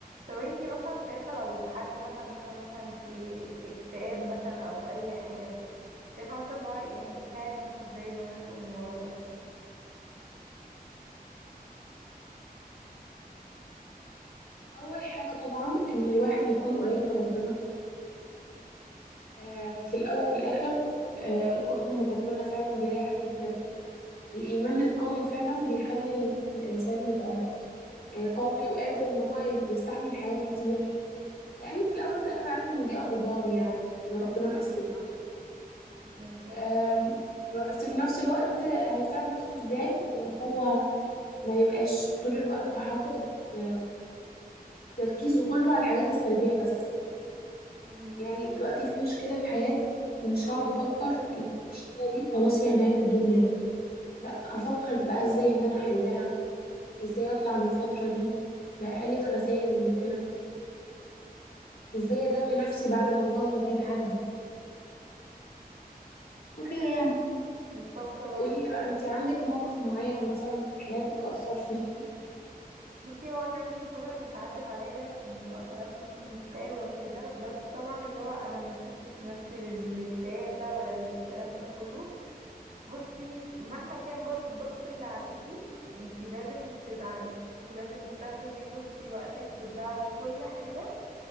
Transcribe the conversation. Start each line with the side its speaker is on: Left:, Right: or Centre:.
Right: طب انتي مثلا شايفة لو حد مثلا دخل مثلا في في اكتئاب مثلا او اي حاجة شايفة مثلا ان هو يعني يساعد نفسه ازاي ان هو يخرج من الموضوع ده
Left: أول حاجة طبعا إن الواحد يكون قريب من ربنا آه في الأول في الآخر آه القرب من ربنا فعلا بيريح جدا الإيمان القوي فعلا بيخلي ال- الإنسان يبقى آه قوي وقادر إن هو يستحمل حاجات كتير لأنه في الأول في الآخر عارف إن دي أقدار يعني وإن ربنا مقسمها
Right: بالظبط
Left: أم، بس في نفس الوقت هيساعد نفسه ازاي ان هو ما يبقاش طول الوقت حاطط أم، تركيزه كله على الحاجات السلبية بس
Right: مم.
Left: يعني دلوقتي في مشكلة في حياتي مش هقعد افكر ان المشكلة دي خلاص هي نهاية الدنيا لا افكر بقى ازاي ان انا احلها ازاي اطلع من الفترة دي بأقل الخسائر الممكنة ازاي اداوي نفسي بعد ما الفترة دي تعدي وكده يعني
Right: متفقة برضه
Left: قولي لي بقى انت عندك موقف معين مثلا في حياتك أثر فيكي
Right: بصي هو كان في فترة كانت عدت عليا كنت وقتها كنت مكتئبة وكده بس طبعا اللي هو انا ما سبتش نفسي للكتابة ولا الكلام ده كله بصي مهما كان برضو الضغط اللي عليكي انتي لازم تزعلي ولازم تاخدي بصي وقتك في الزعل وكل حاجة